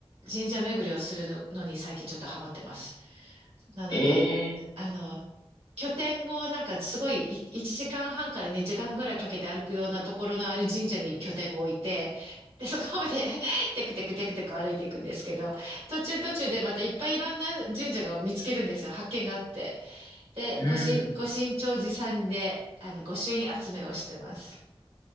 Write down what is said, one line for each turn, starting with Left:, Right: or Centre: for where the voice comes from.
Right: 神社巡りをするのに最近ちょっとハマってます。なので、
Left: ええ
Right: あの、拠点をなんかすごいい1時間半から2時間ぐらいかけて歩くようなところのある神社に拠点を置いて、で、そこまで
Left: うん。
Right: <laughs> テクテクテクテク歩いていくんですけど、途中途中でまたいっぱいいろんな神社が見つけるんですよ。発見があって。で、
Left: うん
Right: ご神、ご神長寺さんで、あの、御朱印集めをしてます。